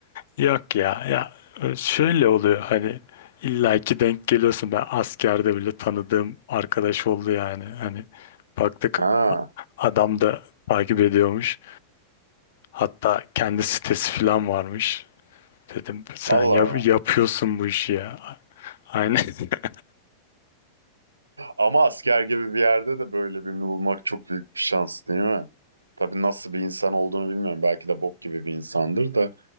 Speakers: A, on the left; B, on the right.
A: yok ya ya e, şöyle oluyor hani illaki denk geliyorsun ben askerde bile tanıdığım arkadaş oldu yani hani baktık
B: Ha,
A: adam da takip ediyormuş hatta kendi sitesi falan varmış Dedim sen
B: Allah
A: yap-
B: Allah.
A: yapıyorsun bu işi ya. Aynen. <laughs>
B: Ama asker gibi bir yerde de böyle birini bulmak çok büyük bir şans değil mi? Tabii nasıl bir insan olduğunu bilmiyorum. Belki de bok gibi bir insandır da.